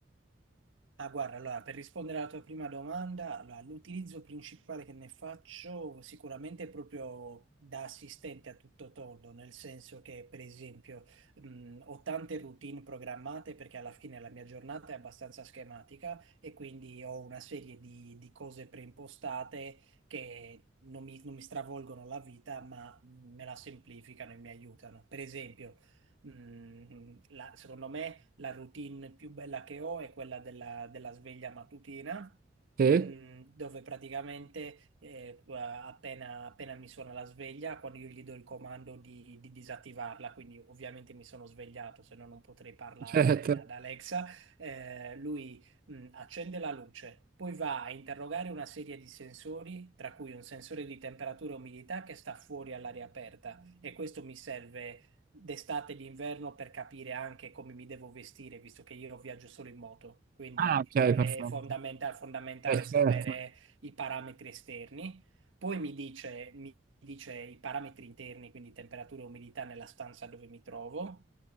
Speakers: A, on the right (about 85°); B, on the right (about 45°).
A: Ah, guarda, allora, per rispondere alla tua prima domanda, allora, l'utilizzo principale che ne faccio sicuramente è proprio da assistente a tutto tondo, nel senso che, per esempio, mh, ho tante routine programmate perché alla fine la mia giornata è abbastanza schematica e quindi ho una serie di, di cose preimpostate che non mi, non mi stravolgono la vita, ma me la semplificano e mi aiutano. Per esempio, mh, la- secondo me la routine più bella che ho è quella della, della sveglia mattutina,
B: Sì,
A: mm, dove praticamente eh, appena, appena mi suona la sveglia, quando io gli do il comando di, di disattivarla, quindi ovviamente mi sono svegliato, se no non potrei parlare
B: certo.
A: ad Alexa, eh, lui mh, accende la luce, poi va a interrogare una serie di sensori, tra cui un sensore di temperatura e umidità che sta fuori all'aria aperta e questo mi serve d'estate e d'inverno per capire anche come mi devo vestire, visto che io viaggio solo in moto, quindi
B: Ah, ok,
A: mm, è
B: perfetto.
A: fondamenta- fondamentale
B: Eh, certo.
A: sapere i parametri esterni. Poi mi dice, mi dice i parametri interni, quindi temperatura e umidità nella stanza dove mi trovo.